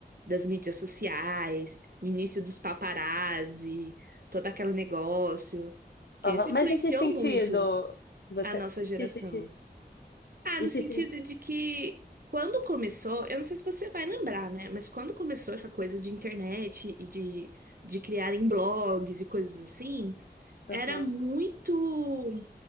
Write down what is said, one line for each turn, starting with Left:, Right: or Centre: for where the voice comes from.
Right: das mídias sociais, o início dos paparazzi, todo aquele negócio. Que
Left: Aham.
Right: isso
Left: Mas
Right: influenciou
Left: em que sentido?
Right: muito
Left: Você.
Right: a nossa
Left: Em
Right: geração.
Left: que sentido?
Right: Ah,
Left: Em
Right: no
Left: que
Right: sentido
Left: sentido?
Right: de que quando começou, eu não sei se você vai lembrar, né? Mas quando começou essa coisa de internet e de, de criarem blogs e coisas assim,
Left: Aham.
Right: era muito.